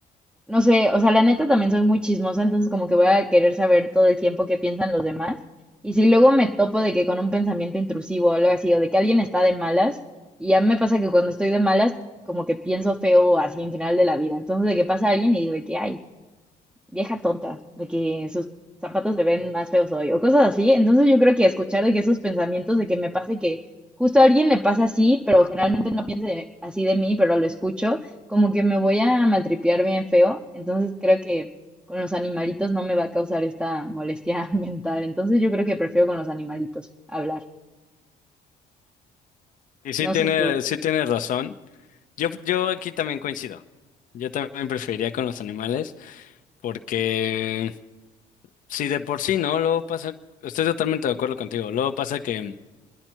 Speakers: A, in the centre; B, on the left.
A: no sé, o sea, la neta también soy muy chismosa, entonces como que voy a querer saber todo el tiempo qué piensan los demás. Y si luego me topo de que con un pensamiento intrusivo o algo así, o de que alguien está de malas, y a mí me pasa que cuando estoy de malas, como que pienso feo así en general de la vida. Entonces de que pasa alguien y digo de que, ay, vieja tonta, de que sus zapatos le ven más feos hoy, o cosas así. Entonces yo creo que escuchar de que esos pensamientos de que me pase que justo a alguien le pasa así, pero generalmente no piense así de mí, pero lo escucho, como que me voy a maltripear bien feo. Entonces creo que con los animalitos no me va a causar esta molestia <laughs> mental. Entonces yo creo que prefiero con los animalitos hablar.
B: Y sí
A: No
B: tiene,
A: sé tú.
B: sí tiene razón. Yo, yo aquí también coincido. Yo también preferiría con los animales porque si de por sí, ¿no? Luego pasa, estoy totalmente de acuerdo contigo. Luego pasa que